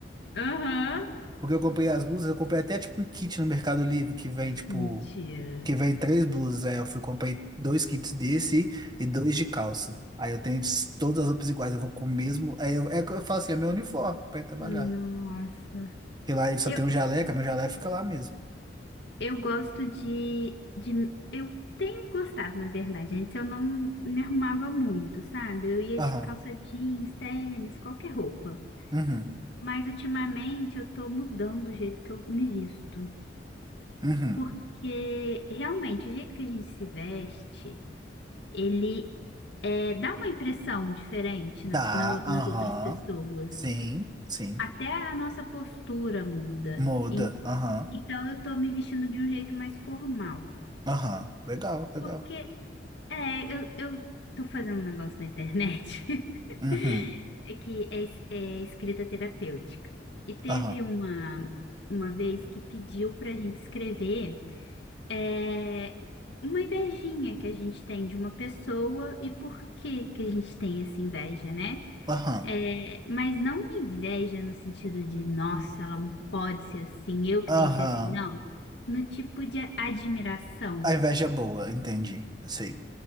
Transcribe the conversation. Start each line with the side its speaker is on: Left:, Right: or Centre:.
Left: Aham.
Right: Porque eu comprei as blusas, eu comprei até tipo um kit no Mercado Livre que vem tipo
Left: Mentira.
Right: que vem três blusas. Aí eu fui, comprei dois kits desse e dois de calça. Aí eu tenho s- todas as roupas iguais, eu vou com o mesmo. Aí eu, é, eu falo assim, é meu uniforme pra ir trabalhar.
Left: Nossa.
Right: Porque lá ele só
Left: eu
Right: tem um jaleco. meu jaleco fica lá mesmo.
Left: Eu gosto de, de. Eu tenho gostado, na verdade. Antes eu não me arrumava muito, sabe? Eu ia
Right: Aham.
Left: de calça jeans, tênis, qualquer roupa.
Right: Uhum.
Left: Mas ultimamente eu tô mudando o jeito que eu me visto.
Right: Uhum.
Left: Porque realmente o jeito que a gente se veste, ele é, dá uma impressão diferente na-
Right: Tá,
Left: na ou-
Right: aham.
Left: nas outras pessoas.
Right: Sim, sim.
Left: Até a nossa postura muda.
Right: Muda.
Left: Em-
Right: Aham.
Left: Então eu tô me vestindo de um jeito mais formal.
Right: Aham. Legal, legal.
Left: Porque É, eu, eu tô fazendo um negócio na internet <laughs>
Right: Uhum.
Left: é que é, es- é escrita terapêutica. E teve
Right: Aham.
Left: uma, uma vez que pediu pra gente escrever é, uma invejinha que a gente tem de uma pessoa e por que que a gente tem essa inveja, né?
Right: Aham.
Left: É, mas não uma inveja no sentido de, nossa, ela não pode ser assim, eu que
Right: Aham.
Left: tenho que ser assim, não. No tipo de admiração.
Right: A inveja é boa, entendi. Sei.